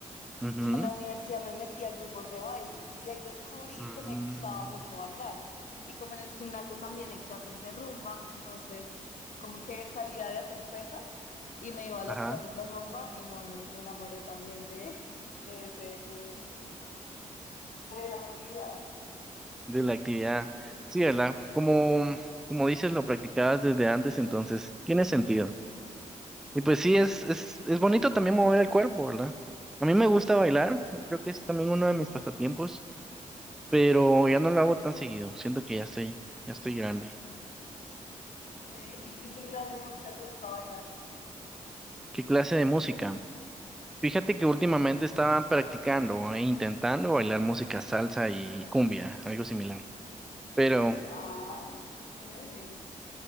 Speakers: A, in the centre; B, on the left (about 60°).
A: Ujú.
B: y en la universidad me metí a grupos de baile y ahí descubrí
A: Mm,
B: que me gustaba mucho bailar. Y como en el gimnasio también hay clases de rumba, entonces como que salía de hacer pesas y me iba a las
A: ajá,
B: clases de rumba y no, me, me enamoré también de, <laughs> de ese, de esa actividad.
A: de la actividad. Sí, ¿verdad? Como, como dices, lo practicabas desde antes, entonces tiene sentido. Y pues sí, es, es, es bonito también mover el cuerpo, ¿verdad? A mí me gusta bailar, creo que es también uno de mis pasatiempos, pero ya no lo hago tan seguido, siento que ya estoy, ya estoy grande.
B: Sí. ¿Y, y qué clase de música te gustaba bailar?
A: ¿Qué clase de música? Fíjate que últimamente estaban practicando e intentando bailar música salsa y cumbia, algo similar, pero
B: Sí, ay, qué chévere.